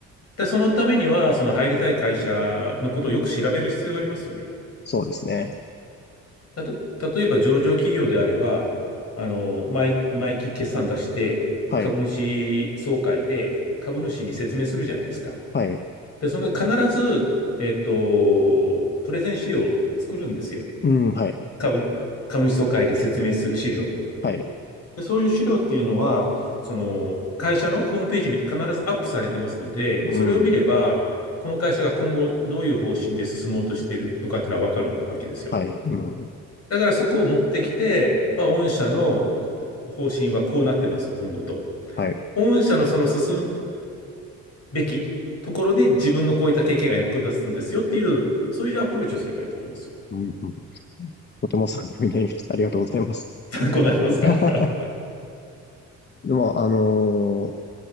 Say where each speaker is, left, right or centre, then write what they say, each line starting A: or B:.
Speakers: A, on the left (about 55°); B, on the left (about 35°).
A: で、そのためには、その入りたい会社のことをよく調べる必要がありますよね。
B: そうですね。
A: たと、例えば上場企業であれば、あの、毎、毎期決算出して、
B: はい。
A: 株主総会で株主に説明するじゃないですか。
B: はい。
A: で、その必ず、えっと、プレゼン資料を作るんですよ。
B: うん、はい。
A: 株、株主総会で説明する資料を。
B: はい。
A: で、そういう資料っていうのは、その、会社のホームページに必ずアップされてますので、
B: うん。
A: それを見れば、この会社が今後どういう方針で進もうとしているのかっていうのはわかるわけですよ。
B: はい。うん。
A: だからそこを持ってきて、まあ、御社の方針はこうなってますよ、今後と。
B: はい。
A: 御社のその進むべきところで自分のこういった経験が役立つんですよっていう、そういうアプローチをすればいいと思いますよ。
B: うん、うん。とても参考になりました。ありがとうございます。
A: <laughs> 参考になりますか
B: <laughs>
A: <laughs>
B: でも、あのー